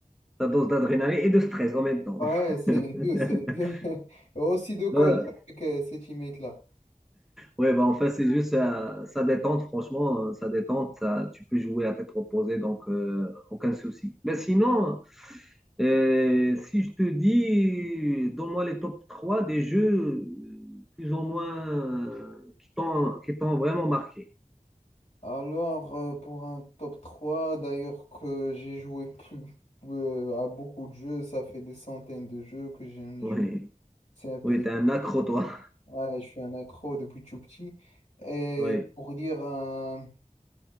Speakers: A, in the centre; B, on the left (about 55°).
A: Ta dose d'adrénaline et de stress en même temps.
B: Ouais, c'est
A: <laughs>
B: les deux, c'est les deux. <laughs> Et Aussi de coller
A: Voilà.
B: avec euh, ces teammates-là.
A: Oui, bah, en fait, c'est juste ça, ça détente, franchement, euh, ça détente, ça, tu peux jouer à tête reposée, donc euh, aucun souci. Mais sinon, euh, si je te dis, donne-moi les top 3 des jeux euh, plus ou moins euh, qui t'ont qui t'ont vraiment marqué.
B: Alors, euh, pour un top 3 d'ailleurs que j'ai joué plus- euh, à beaucoup de jeux, ça fait des centaines de jeux que j'en ai
A: Oui,
B: joué. C'est un peu
A: oui,
B: difficile.
A: t'es un accro, toi.
B: Ouais, je suis un accro depuis tout petit. Et
A: Oui,
B: pour dire un-